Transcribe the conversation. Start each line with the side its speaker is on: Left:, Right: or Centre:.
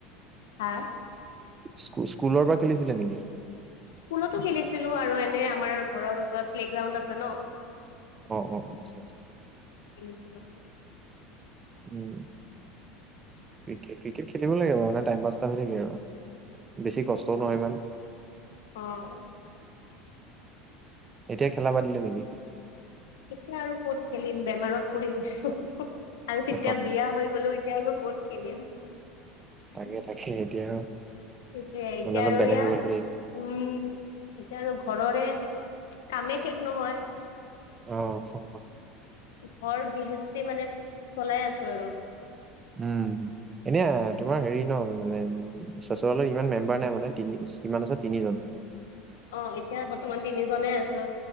Left: হা?
Right: স্কু, স্কুলৰ পৰা খেলিছিলে নেকি?
Left: স্কুলতো খেলিছিলো আৰু এনে আমাৰ ঘৰৰ ওচৰত প্লেগ্ৰাউড আছে ন।
Right: অহ-অহ আচ্ছা আচ্ছা।
Left: খেছিললো।
Right: উম, ক্ৰিকেট ক্ৰিকেট খেলিব লাগে বাৰু মানে টাইম পাচটা হৈ থাকে আৰু। বেছি কষ্টও নহয় ইমান।
Left: অ'হ।
Right: এতিয়া খেলা পাতিলে নেকি?
Left: তেতিয়া আৰু ক'ত খেলিম, বেমাৰত পৰি গৈছো, আৰু
Right: অহ
Left: ইতিয়া বিয়া হৈ গলোও এতিয়ানো ক'ত খেলিম। সেইটোয়ে,
Right: তাকে তাকে এতিয়া
Left: এতিয়া
Right: মানে অলপ
Left: আৰু
Right: বেলেগ
Left: ইয়াত
Right: হৈ গ'লতো
Left: উম এতিয়া আৰু ঘৰৰে, কামেই শেষ নহয়।
Right: অ হ'হ।
Left: ঘৰ বিহেচতি মানে চলাই আছো আৰু।
Right: উম। এনে তোমাৰ হেৰি ন মানে চুৱালৰ ইমান মেম্বাৰ নাই মানে, তিনি কিমান আছে তিনিজন?
Left: অ এতিয়া বৰ্তমান তিনি জনে আছে,